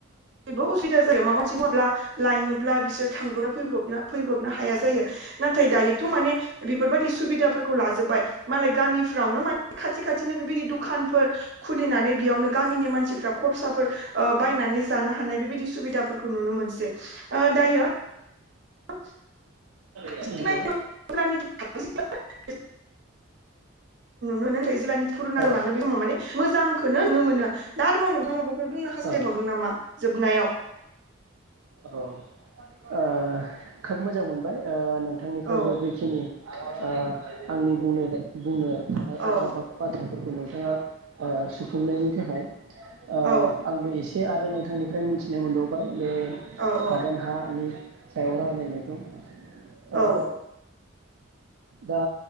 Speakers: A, on the right; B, on the right.
A: उसुबिदा जायो माबा मोनसे मावब्ला लायनोब्ला बिसोर थांब्रबनो फैब्रबनो फैब्रबनो हाया जायो नाथाय दायोथ माने बेफोरबायदि सुबिदाफोरखौ लाजोबबाय मालाय गामिफ्रावनो माने खाथि खाथिनो बेबायदि दु खानफोर खुलिनानै बेयावनो गामिनि मानसिफ्रा खरसाफोर ओ बायनानै जानो हानाय बेबायदि सुबिदाफोरखौ नुनो मोनसै ओ दायो <inaudible> <unintelligible>
B: नंगौ
A: <unintelligible> नुनो मोनो नाथाय जिलानि फुरुना
B: औ
A: लाङो बे समाव माने मोजांखोनो नुनो मोनो दा आरोबाव नोंथाङा माबाफोर बुंनो हास्थायबावदों
B: औ
A: नामा जोबनायाव
B: औ ओ खोब मोजां मोनबाय ओ नों थांनिफ्रायबो
A: औ
B: बेखिनि ओ आंनि बुंनो बुंनो थानाय
A: औ
B: आद्रा बाथ-बाथ्रा फोरखौ नोंथाङा ओ सुफुंनायनि थाखाय ओ
A: औ
B: आंबो एसे <unintelligible> आरो नोंथांनिफ्राय मिथिनो मोनबावबाय। ओ
A: औ औ
B: हादान हानि <unintelligible> बुजायनायखौ ओ
A: औ
B: दा